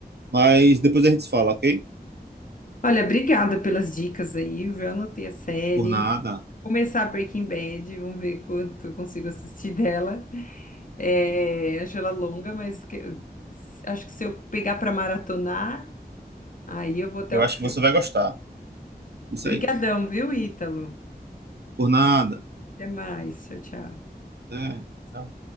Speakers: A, on the right; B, on the left.
A: mas depois a gente se fala, ok?
B: Olha, obrigada pelas dicas aí, viu? Eu anotei a série.
A: Por nada.
B: Começar Breaking Bad, vamos ver quanto eu consigo assistir dela. É, acho ela longa, mas que- acho que se eu pegar para maratonar. Aí eu vou até
A: Eu
B: o
A: acho
B: fim.
A: que você vai gostar. Isso
B: Brigadão,
A: aí.
B: viu, Ítalo?
A: Por nada.
B: Até mais. Tchau, tchau.
A: É, tchau.